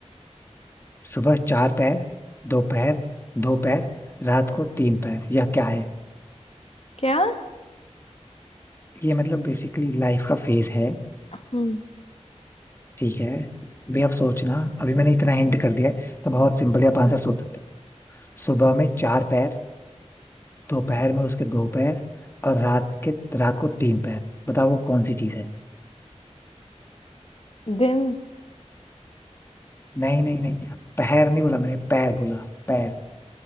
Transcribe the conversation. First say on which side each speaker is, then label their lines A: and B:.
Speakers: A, on the left; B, on the left.
A: सुबह चार पैर दोपहर दो पैर रात को तीन पैर यह क्या है
B: क्या
A: ये मतलब बेसिकली लाइफ का फेज है
B: हम्म
A: ठीक है भी आप सोचना अभी मैंने इतना हिंट कर दिया है तो बहुत सिंपल है आप आंसर सोच सकते हो सुबह में चार पैर दोपहर में उसके दो पैर और रात के रात को तीन पैर बताओ वो कौन सी चीज है
B: दिन
A: नहीं नहीं नहीं पैर नहीं बोला मैंने पैर बोला पैर